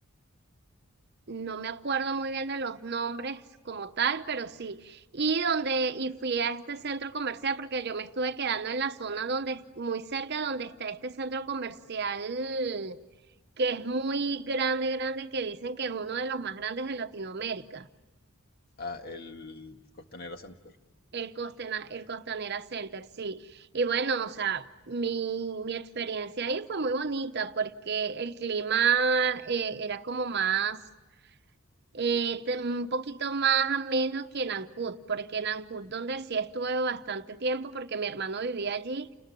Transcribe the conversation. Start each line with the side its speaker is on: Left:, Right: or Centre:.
Right: no me acuerdo muy bien de los nombres como tal, pero sí. Y donde, y fui a este centro comercial porque yo me estuve quedando en la zona donde, muy cerca donde está este centro comercial que es muy grande, grande, que dicen que es uno de los más grandes de Latinoamérica.
Left: ah, el Costanera Center.
Right: El Costena, el Costanera Center, sí. Y bueno, o sea, mi, mi experiencia ahí fue muy bonita porque el clima eh, era como más, eh, te- un poquito más ameno que en Ancud, porque en Ancud, donde sí estuve bastante tiempo, porque mi hermano vivía allí,